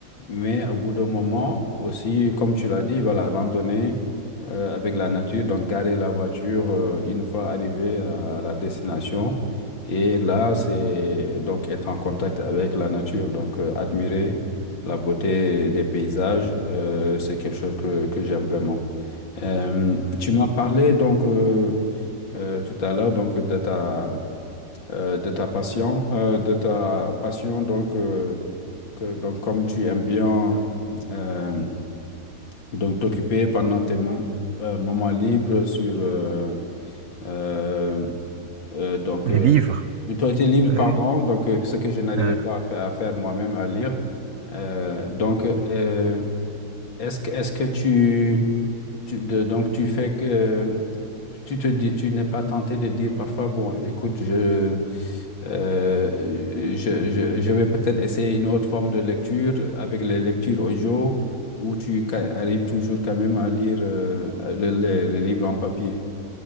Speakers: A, on the left (about 75°); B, on the right (about 60°).
A: mais au bout d'un moment aussi, comme tu l'as dit, voilà, randonnée euh, avec la nature, donc garer la voiture euh, une fois arrivé à la destination, et là c'est donc être en contact avec la nature, donc euh, admirer la beauté des paysages, euh, c'est quelque chose que, que j'aime vraiment. Euh, tu m'as parlé donc. euh, euh, tout à l'heure, donc de ta, euh, de ta passion, euh, de ta passion, donc, euh, que, donc comme tu aimes bien euh, donc t'occuper pendant tes mom- euh, moments libres sur euh, euh, euh, donc
B: les
A: euh,
B: livres,
A: ton été libre,
B: oui.
A: pardon, donc euh, ce que je n'arrivais
B: Euh,
A: pas à faire, à faire moi-même, à lire. Euh, donc, euh, est-ce que, est-ce que tu, tu- de- donc tu fais que tu te dis, tu n'es pas tenté de dire parfois, bon, écoute, je, euh, je, je, je vais peut-être essayer une autre forme de lecture avec les lectures audio, où tu ca- arrives toujours quand même à lire euh, le, le- le livre en papier.